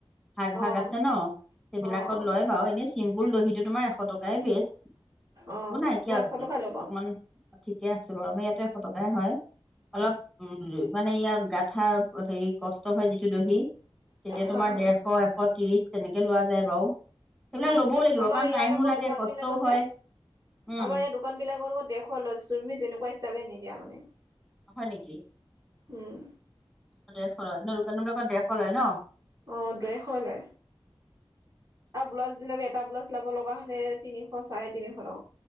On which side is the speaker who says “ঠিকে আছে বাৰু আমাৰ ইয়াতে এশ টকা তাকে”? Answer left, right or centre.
Centre